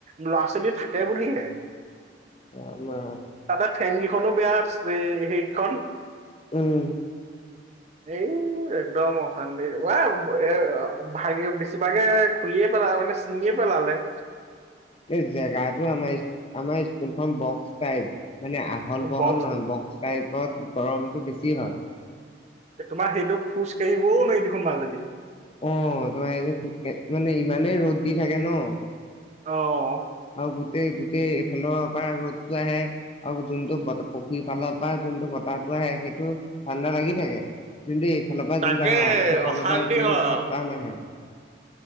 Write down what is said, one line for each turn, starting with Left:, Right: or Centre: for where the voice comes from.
Right: ল'ৰা-ছোৱালী থাকে বুলিহে।
Left: <unintelligible>
Right: তাতে ফেন কিখনো বেয়া আছ সে- সেইখন।
Left: উম।
Right: এই একদম অশান্তিৰ, ৱা এ ভাগে- বেছিভাগে খুলিয়ে পেলা মানে ছিঙিয়ে পেলালে।
Left: এই জেগাটো আমাৰ ইস্- আমাৰ ইস্কুলখন বক্স টাইপ। মানে আহল - বহল
Right: বক্স
Left: নহয়। বক্স টাইপত গৰমটো বেছি হয়।
Right: এ তোমাৰ সেইটোক খোজ কাঢ়িবও নোৱাৰি দেখোন মাজেদি।
Left: অ' তোমাৰ এইটো খোজকাঢ়ি- মানে ইমানেই ৰ'দ দি থাকে ন'।
Right: অ' - অ'।
Left: গোটেই - গোটেই এইফালৰ পৰা ৰ'দটো আহে, আৰু যোনটো বত- পুখুৰীফালৰ পৰা যোনটো ব তাহটো আহে, সেইটো ঠাণ্ডা লাগি থাকে । যোনটি ফালৰ পৰা
Right: তাকে
Left: যোনটো আমাৰ আৰ্টছৰ ফালৰ
Right: অশান্তি
Left: পৰা এইবিলাক
Right: হয় আৰু
Left: বৰ- তা নাহে।